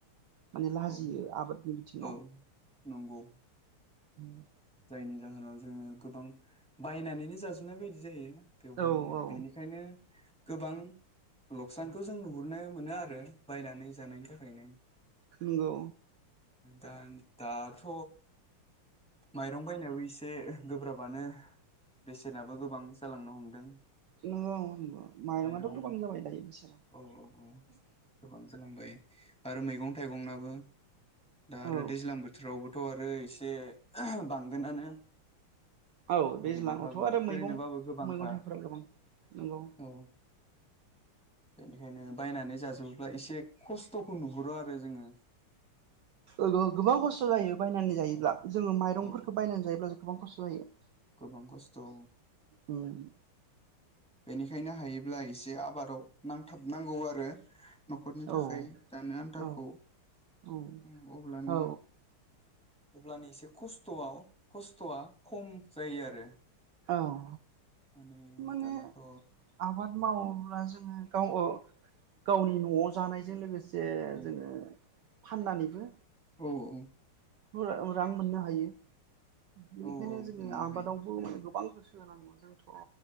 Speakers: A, on the right; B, in the centre.
A: माने लाजियो
B: औ
A: आबादनि बिथिङाव
B: औ नंगौ
A: म
B: जायनि जाहोनाव जोङो गोबां बायनानैनो जाजोबनाय बायदि जायो बेवहाय
A: औ औ
B: बेनिखायनो गोबां लकसानखौ जों नुहुरनो मोनो आरो बायनानै जानायनि थाखायनो
A: नंगौ
B: दा दाथ' माइरं बाय नायाब इस एसे गोब्राबानो बेसेनाबो गोबां जालांनो हमदों
A: नंगौ नंगौ माइरंआथ'
B: माइरं
A: गोबां जाबाय दायो बेसोरा।
B: औ औ औ गोबां जालांबाय आरो मैगं थाइगंनाबो दा आरो
A: औ
B: दैज्लां बोथोरावबो थ' आरो इसे <unintelligible> बांगोनानो
A: औ
B: ओरैनोबाबो
A: दैज्लाङावथ' आरो
B: ओरैनोबाबो
A: मैगं
B: गोबांखा
A: मैगं थाइफोरा गोबां नोंगौ।
B: औ बेनिखायनो बायनानै जाजोबोब्ला एसे खस्थ'खौ नुहुरो आरो जोङो।
A: ओ गो गोबां खस्थ' जायो। बायनानै जायोब्ला
B: औ
A: जोङो माइरंफोरखो
B: औ
A: बायनानै जायोब्ला गोबां खस्थ' जायो।
B: गोबां खस्थ'
A: उम
B: बेनिखायनो हायो ब्ला एसे आबादाव नांथाबनांगौ आरो। न'खरनि
A: औ
B: थाखाय दानो आन्थाखौ
A: औ औ
B: उम अब्लानो
A: औ
B: अल्बानि एसे खस्थ'आव खस्थ'आ खम जायो आरो।
A: अह
B: माने
A: माने
B: दानाथ'
A: आबाद मावोब्ला जोङो गाव ओ गावनि न'आव जानायजों लोगोस से
B: औ
A: जोङो फाननानैबो
B: औ औ
A: फो रां मोननो हा यो बेनिखायनो
B: औ औ
A: जोङो
B: मोननो
A: आबादावबो
B: हायो
A: माने द गोबां गोसो होनांगौ जोंथ'